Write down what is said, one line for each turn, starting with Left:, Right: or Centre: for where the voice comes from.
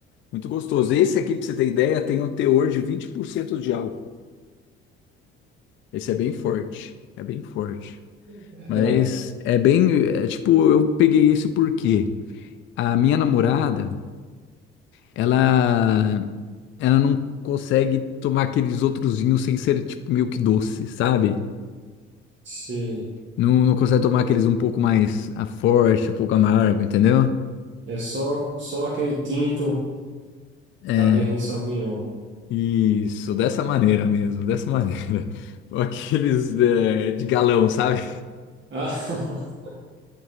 Left: Muito gostoso. Esse aqui, pra você ter ideia, tem um teor de 20% de álcool. Esse é bem forte. É bem forte.
Right: Verdade.
Left: Mas é bem. É, tipo, eu peguei esse porque a minha namorada, ela, ela não consegue tomar aqueles outros vinhos sem ser, tipo, meio que doce, sabe?
Right: Sim.
Left: Não, não consegue tomar aqueles um pouco mais ah, forte, um pouco amargo, entendeu?
Right: É só, só aquele tinto
Left: É,
Right: Cabernet Sauvignon.
Left: Isso, dessa maneira mesmo, dessa maneira. <laughs> Aqueles é, de galão, sabe?
Right: Ah, <laughs>